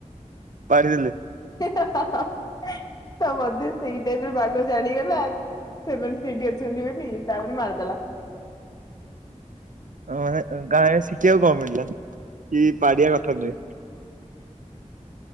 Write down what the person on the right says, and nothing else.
ପଡିଦଲେ
ଅ ହେଁ ତାହାଲେ ଶିଖିବାକୁ କଣ ମିଳିଲା କି ପାଡିବା କଥା ନୁହେଁ।